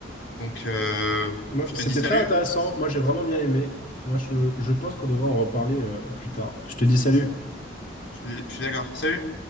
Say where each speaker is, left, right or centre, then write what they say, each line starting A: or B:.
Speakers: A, on the left; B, on the left.
A: Donc, euh,
B: Moi,
A: je te
B: C'était
A: dis salut.
B: très intéressant. Moi, j'ai vraiment bien aimé. Moi, je, je pense qu'on devrait en reparler, euh, plus tard. Je te dis salut.
A: Je, je suis d'accord. Salut.